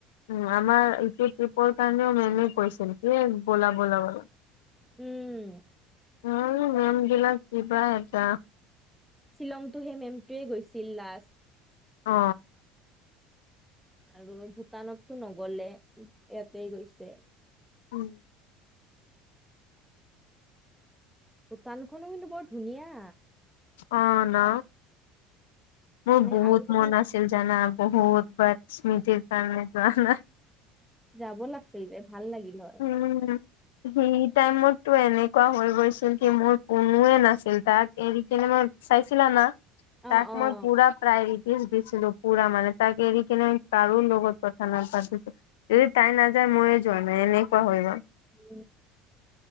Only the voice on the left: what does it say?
উ আমাৰ এইটো ট্ৰিপৰ কাৰণেও মেমে কৈছিল কি ব'লা বোলা বলা।
উম মন বিলাক কিবা এটা
অ
উম
অ ন মোৰ
বহুত
মন আছে। জানা বহুত বাৰ স্মৃতিৰ কাৰণে যোৱা।
উম উম, সেই টাইমতটো এনেকুৱা হৈ গৈছিল কি মোৰ কোনোৱে নাছিল তাত এৰি কিনে মই চাইছিলা না
তাক
মই পুৰা প্ৰায় কিছ দিছিলো পুৰা মানে তাকে এৰি কিনে কাৰো লগত কথা নাপাতি, যদি তাই নাযায় ময়ে যোৱা মানে এনেকুৱা হয় গ'ল,